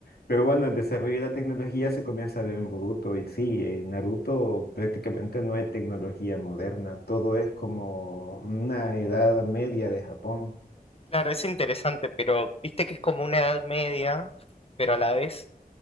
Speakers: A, on the left; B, on the left.
A: Pero bueno, el desarrollo de la tecnología se comienza a ver en Boruto y sí, en Naruto prácticamente no hay tecnología moderna, todo es como una edad media de Japón.
B: Claro, es interesante, pero viste que es como una edad media, pero a la vez